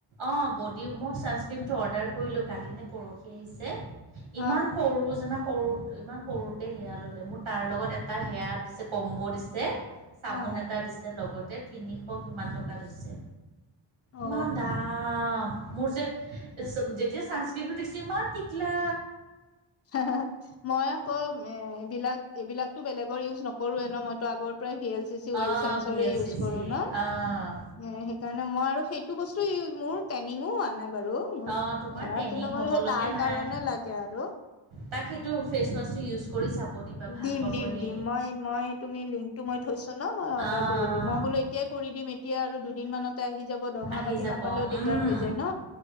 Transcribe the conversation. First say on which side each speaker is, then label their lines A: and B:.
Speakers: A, on the right; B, on the left.
A: অঁ বডী মই চানস্ক্ৰীমটো অৰ্ডাৰ কৰিলো কালি নে পৰহি আহিছে।
B: অ
A: ইমান সৰু জাননা সৰু। ইমান সৰুতে সেয়া ললে মোৰ তাৰ লগত এটা সেয়া দিছে কম্ব দিছে। চাবোন
B: অ
A: এটা দিছে লগতে তিনিশ কিমান টকা লৈছে।
B: অ
A: ইমান দাম মোৰ যে যেতিয়া ছান কিৰিমতো দিছে ইমান টিকলা।
B: হে হে মই আকৌ এ এইবিলাক এইবিলাকতো বেলেগৰ ইউজ নকৰো এ ন মইতো আগৰ পৰাই ভি এ। চি চি ওৱেল
A: অ',
B: চাইনচৰে
A: ভি এল
B: ইউজ
A: চি চি
B: কৰো ন।
A: অ',
B: এ সেইকাৰণে মই আৰু সেইটো বস্তু মোৰ ট্ৰেইনিং হোৱা নাই। বাৰু মোৰ
A: অ', তোমাৰ
B: সেয়া
A: ট্ৰেইনিং
B: কিন্তু মোৰ
A: হ'বলগীয়া
B: সেই তাৰ
A: নাই।
B: কাৰণে লাগে আৰু।
A: তাক সেইটো ফেচ ৱাচটো ইউজ কৰি চাব। দিবা ভাল
B: দিম
A: পাব
B: দিম
A: সি
B: দিম মই মই তুমি লিংকটো মই থৈছো ন মই অৰ্ডাৰ
A: আহ
B: কৰি দিম মই বোলো। এতিয়া কৰি দিম এতিয়া আৰু দুদিন মানত। হেতো আহি যাব দৰমহা
A: আহি
B: পাতি
A: যাব
B: নাপালেও
A: উম
B: দিগদাৰ হৈ যায় ন